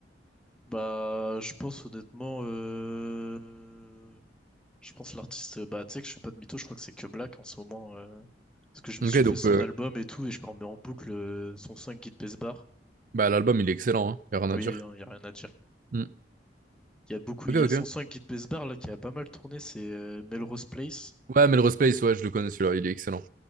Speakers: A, in the centre; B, on the right.
A: Bah, je pense honnêtement. euh, Je pense l'artiste, euh, bah tu sais que je suis pas de mytho, je crois que c'est que Black en ce moment. euh, parce que je me
B: Ok,
A: suis fait
B: donc
A: son
B: euh,
A: album et tout, et je me remets en boucle euh, son 5 Guide Besbar.
B: bah, l'album il est excellent, hein, y a rien
A: Oui,
B: à dire.
A: hein, y a rien à dire.
B: Hmm.
A: Il y a beaucoup,
B: Ok,
A: il
B: ok.
A: y a son 5 Guide Besbar là qui a pas mal tourné, c'est euh, Melrose Place.
B: Ouais, Melrose Place, ouais, je le connais celui-là, il est excellent.